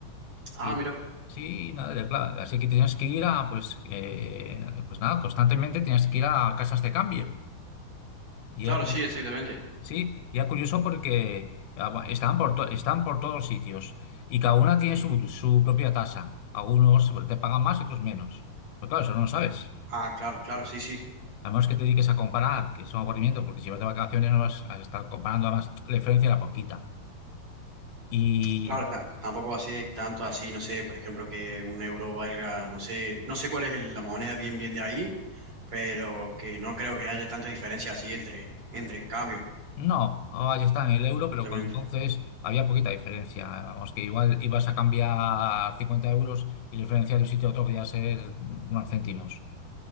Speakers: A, on the right; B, on the left.
A: Ah,
B: y
A: mira.
B: sí, nada, de- claro, así que tenías que ir a, pues, eh, pues nada, constantemente tenías que ir a casas de cambio. Y
A: Claro,
B: era cu-
A: sí, exactamente.
B: sí, y era curioso porque ah, va- estaban por, to- están por todos sitios y cada una tiene su, su propia tasa. Algunos te pagan más y otros menos. Pero claro, eso no lo sabes.
A: Ah, claro, claro, sí, sí.
B: A menos que te dediques a comparar, que es un aburrimiento, porque si vas de vacaciones no vas a estar comparando, además la diferencia era poquita. Y
A: Claro, ta- tampoco así, tanto así, no sé, por ejemplo, que un euro valga, no sé, no sé cuál es el- la moneda bien bien de ahí, pero que no creo que haya tanta diferencia así entre, entre cambios,
B: no, ahí está en el euro,
A: justamente.
B: pero cuando entonces había poquita diferencia. Vamos, que igual ibas a cambiar 50 euros y la diferencia de un sitio a otro podía ser unos céntimos.